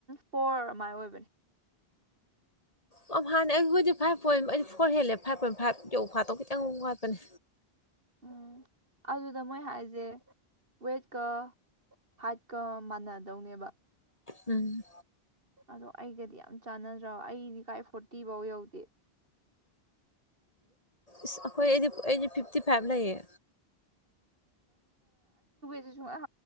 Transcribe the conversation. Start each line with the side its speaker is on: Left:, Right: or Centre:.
Right: ꯐꯣꯔ ꯑꯗꯨꯥꯏ ꯑꯣꯏꯕꯅꯤ
Left: ꯌꯥꯝ ꯍꯥꯟꯅ ꯑꯩꯕꯨꯣꯏꯗꯤ ꯐꯥꯏꯚ ꯄꯣꯏꯟ ꯑꯩꯗꯤ ꯐꯣꯔ ꯍꯦꯜꯂꯦ ꯐꯥꯏꯚ ꯄꯣꯏꯟ ꯐꯥꯏꯚ ꯌ ꯐꯥꯠꯇꯣ ꯈꯤꯇꯪ ꯋꯥꯠꯄꯅꯦ
Right: ꯎꯝ ꯑꯗꯨꯗ ꯃꯣꯏ ꯍꯥꯏꯁꯦ ꯋꯦꯠꯀ ꯍꯥꯏꯠꯀ ꯃꯥꯟꯅꯗꯧꯅꯦꯕ
Left: ꯎꯝ
Right: ꯑꯗꯣ ꯑꯩꯒꯗꯤ ꯌꯥꯝ ꯆꯥꯟꯅꯗ꯭ꯔꯣ ꯑꯩꯗꯤ ꯀꯥꯏ ꯐꯣꯔꯇꯤꯐꯧ ꯌꯧꯗꯦ
Left: ꯑꯩꯈꯣꯏ ꯑꯩꯗꯤ ꯑꯩꯗꯤ ꯐꯤꯐꯇꯤ ꯐꯥꯏꯚ ꯂꯩꯌꯦ
Right: ꯁꯤ ꯁꯨꯝ